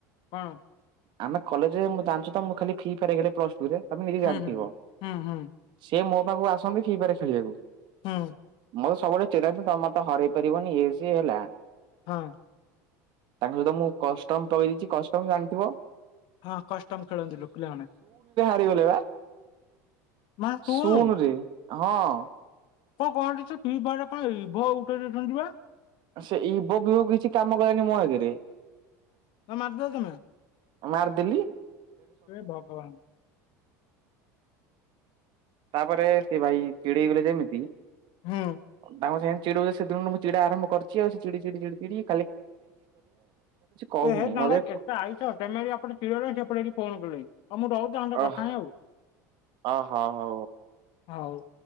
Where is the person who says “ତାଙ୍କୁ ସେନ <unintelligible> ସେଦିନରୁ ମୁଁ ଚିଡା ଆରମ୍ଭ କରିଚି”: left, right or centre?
Right